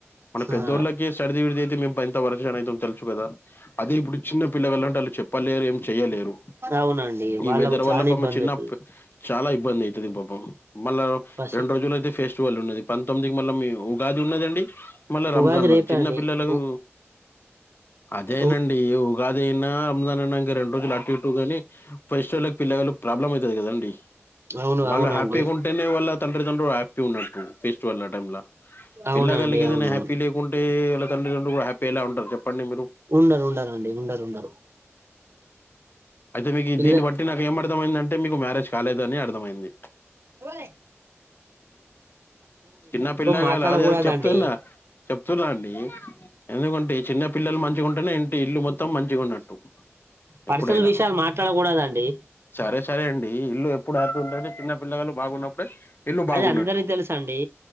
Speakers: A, on the left (about 50°); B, on the right (about 60°).
A: మనం పెద్దోఊళ్లక
B: ఆ
A: సడిది విడిది అయితే మేము వ అ తెలుసు కదా అదే ఇప్పు చిన్న పల్లల్ అంటే వాళ్ళ చెప్పలేరు చెయలేరు
B: అవునండి వాళ్ళకు
A: ఈ వెదర్
B: చానా
A: వల్ల
B: ఇబ్బంది
A: చిన్న
B: అయితది
A: చాలా ఇబ్బంది అవుతుది పాపం మళ్ళా
B: పసి
A: రెండు రోజులు అయితే ఫెస్టివల్ ఉన్నది ప పంతొమ్దికి మళ్ళా మీ ఉగాది ఉన్నదండి మళ్ళీ
B: ఉగాది
A: రంజాన్ ఉన్నది
B: రేపే
A: చిన్న
B: అండి
A: పిల్లలకు
B: ఉ
A: అదే అనండి
B: ఉ
A: ఉగాది అయినా రంజాన్ అంక రెండు రోజులు అటు ని ఫస్ట్కి పిల్లవాళ్ళు ప్రాబ్లమ్ అవుతు కదండి
B: అవును
A: వాళ్ళు
B: అవునండి
A: హ్యాపీగా ఉంటేనే వాళ్ళ తండ్రి తండ్రు హ్యాపీ ఉన్నట్టు ఫెస్టివల్ టైలా
B: అవునండి
A: పిల్ల గలికి ఏదైనా
B: అవునవును
A: హ్యాపీ లేకుంటే ఇళ్ళ తండ్రిండ హ్యాపీ పడి మీరు
B: ఉండరు ఉండరండి ఉండరు ఉండరు
A: అయితే మీకు
B: పిల్ల
A: దీన్ని బట్టి నాకు ఏం అర్థమయిందింటే మీకు మ్యారేజ్ కాలేదు అని అర్థమయింది
B: వలే
A: చిన్న పిల్ల
B: మాట్లాడకూడదండి
A: కాలు అది అది చెప్తున్నా చెప్తున్నా అండి ఎందుకంటే చిన్న పిల్లలు మంచిగా ఉంటేనే ఇంటి ఇల్లు మొత్తం మంచిగా ఉన్నట్టు
B: పర్సనల్
A: ఎప్పుడైనా
B: విషయాలు మాట్లాడకూడదండి
A: సరే సరే అండి ఇల్లు ఎప్పుడు ఆడుతుంటే చిన్న పిల్లలు బాగున్నప్పుడే ఇల్లు బాగున్నట్టు
B: అది అందరి తెలుసా అండి